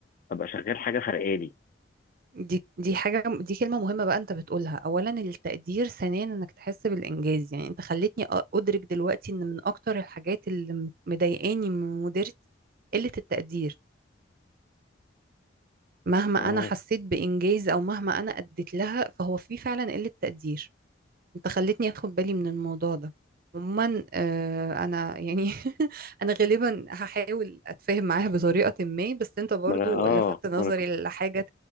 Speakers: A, on the left; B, on the right.
A: ابقى شغال حاجه فرقالي
B: دي دي حاجة دي كلمة مهمة بقى انت بتقولها اولا التقدير ثانيا انك تحس بالانجاز يعني انت خلتني أ- ادرك دلوقتي ان من اكتر الحاجات اللي م- مضايقاني من مديرتي قلة التقدير مهما
A: اه
B: انا حسيت بانجاز او مهما انا اديت لها فهو في فعلا قلة تقدير انت خلتني اخد بالي من الموضوع ده عموما آه، انا يعني <laughs> انا غالبا هحاول اتفاهم معاها بطريقة ما بس انت برضو
A: ما انا اه
B: لفتت نظري
A: ما انا كنت
B: لحاجة